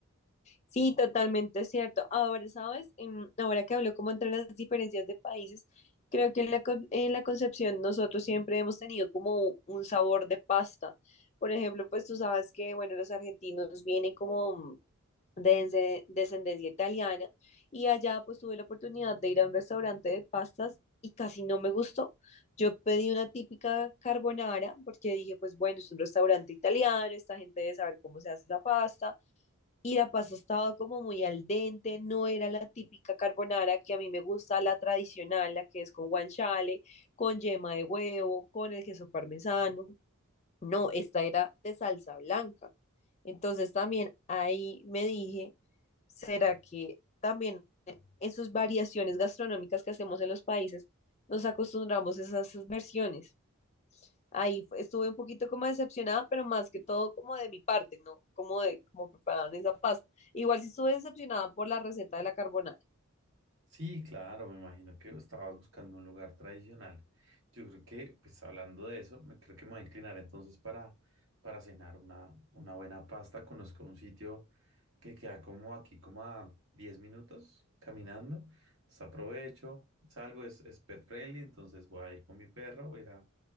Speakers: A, on the left; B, on the right.
A: Sí, totalmente es cierto. Ahora, ¿sabes? Em, ahora que hablo como entre las diferencias de países, creo que en la, con- en la Concepción nosotros siempre hemos tenido como un sabor de pasta. Por ejemplo, pues tú sabes que, bueno, los argentinos vienen como de ence- descendencia italiana y allá pues tuve la oportunidad de ir a un restaurante de pastas y casi no me gustó. Yo pedí una típica carbonara porque dije, pues bueno, es un restaurante italiano, esta gente debe saber cómo se hace esa pasta y la pasta estaba como muy al dente, no era la típica carbonara que a mí me gusta, la tradicional, la que es con guanciale, con yema de huevo, con el queso parmesano. No, esta era de salsa blanca. Entonces también ahí me dije, ¿será que también en sus variaciones gastronómicas que hacemos en los países nos acostumbramos a esas versiones? Ahí fue- estuve un poquito como decepcionada, pero más que todo como de mi parte, ¿no? Como de cómo preparaban esa pasta. Igual sí estuve decepcionada por la receta de la carbonara.
B: Sí, claro, me imagino que estabas buscando un lugar tradicional. Yo creo que, pues hablando de eso, me, creo que me voy a inclinar entonces para, para cenar una, una buena pasta. Conozco un sitio que queda como aquí, como a 10 minutos caminando. Entonces aprovecho, salgo, es, es pet friendly, entonces voy a ir con mi perro, voy a ir a,